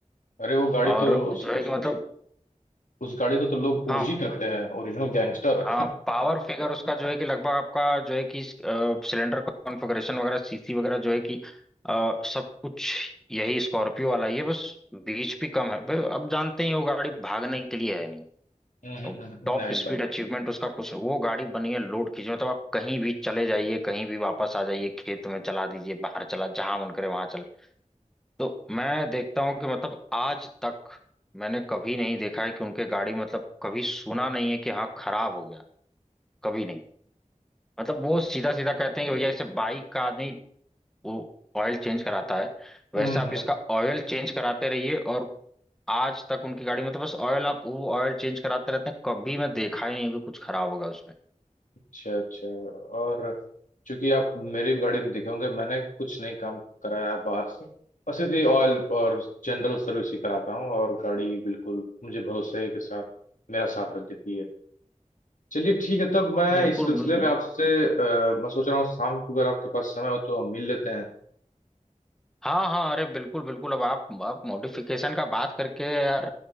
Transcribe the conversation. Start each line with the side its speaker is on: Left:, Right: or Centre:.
Left: अरे वो गाड़ी
Centre: और
Left: तो उस,
Centre: जो है
Left: उस,
Centre: कि मतलब
Left: उस, उस गाड़ी को तो लोग ओजी
Centre: हाँ
Left: करते हैं ओरिजिनल गैंगस्टर
Centre: हाँ पावर फिगर उसका जो है कि लगभग आपका जो है कि सिलेंडर कॉन्फ़िगरेशन वगैरह सीसी वगैरह जो है कि अ, सब कुछ यही स्कॉर्पियो वाला ही है बस बीच भी कम है भाई अब जानते ही वो गाड़ी भागने के लिए है नहीं
Left: <laughs>
Centre: अब
Left: नहीं
Centre: टॉप स्पीड अचीवमेंट उसका कुछ नहीं। वो गाड़ी बनी है लोड खींचने मतलब आप कहीं भी चले जाइए कहीं भी वापस आ जाइए खेत में चला दीजिए बाहर चला जहां मन करे वहां चले तो मैं देखता हूँ कि मतलब आज तक मैंने कभी नहीं देखा है कि उनके गाड़ी मतलब कभी सुना नहीं है कि हाँ खराब हो गया कभी नहीं मतलब वो सीधा सीधा कहते हैं कि भैया जैसे बाइक का आदमी वो ऑयल चेंज कराता है वैसे
Left: नहीं
Centre: आप इसका ऑयल चेंज कराते रहिए और आज तक उनकी गाड़ी में तो बस ऑयल आप वो ऑयल चेंज कराते रहते हैं कभी मैं देखा ही नहीं हूं कि कुछ खराब होगा उसमें
Left: अच्छा अच्छा और चूंकि आप मेरी भी गाड़ी में देखे होंगे मैंने कुछ नहीं काम कराया है बाहर से बस सिर्फ ये ऑयल और जनरल सर्विस ही कराता हूँ और गाड़ी बिल्कुल मुझे भरोसे के साथ मेरा साथ रख देती है चलिए ठीक है तब मैं
Centre: बिल्कुल
Left: इस सिलसिले
Centre: बिल्कुल
Left: में आपसे अ, मैं सोच रहा हूँ शाम को अगर आपके पास समय हो तो हम मिल लेते हैं
Centre: हाँ हाँ अरे बिल्कुल बिल्कुल अब आप आप मॉडिफिकेशन का बात करके यार